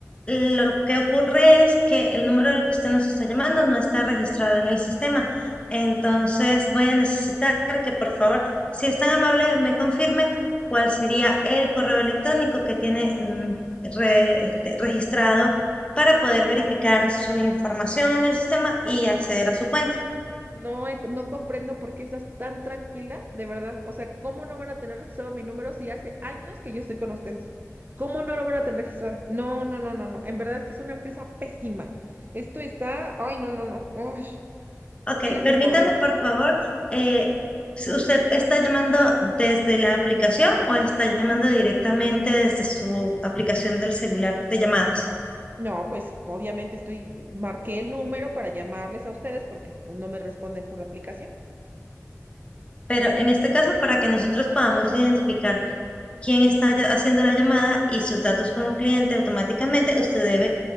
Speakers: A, on the left; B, on the right.
A: Lo que ocurre es que el número del que usted nos está llamando no está registrado en el sistema. Entonces voy a necesitar que por favor, si es tan amable, me confirme cuál sería el correo electrónico que tiene mm, re- este, registrado para poder verificar su información en el sistema y acceder a su cuenta.
B: No, he- no comprendo por qué estás tan tranquila, de verdad. O sea, ¿cómo no van a tener registrado mi número si hace años que yo estoy con ustedes? ¿Cómo no lo van a tener registrado? No, no, no, no, no. En verdad es que es una empresa pésima. Esto está, ay, no, no, no. Uy,
A: Ok,
B: ¿quieres
A: permítame
B: mi correo?
A: por favor, eh, si ¿usted está llamando desde la aplicación o está llamando directamente desde su aplicación del celular de llamadas?
B: No, pues obviamente estoy, marqué el número para llamarles a ustedes porque pues no me responden por la aplicación.
A: Pero en este caso, para que nosotros podamos identificar quién está ya- haciendo la llamada y sus datos como cliente automáticamente, usted debe